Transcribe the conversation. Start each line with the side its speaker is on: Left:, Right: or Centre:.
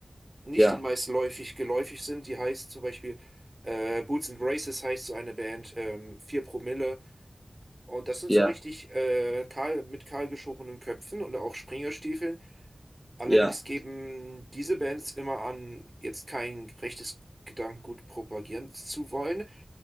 Right: nicht
Centre: ja,
Right: den meisten läufig geläufig sind. Die heißt zum Beispiel äh, Boots and Braces heißt so eine Band, ähm, 4 Promille. Und das sind
Centre: ja,
Right: so richtig äh, kahl, mit kahl geschorenen Köpfen und auch Springerstiefeln. Allerdings
Centre: ja,
Right: geben diese Bands immer an, jetzt kein rechtes Gedankengut propagieren zu wollen.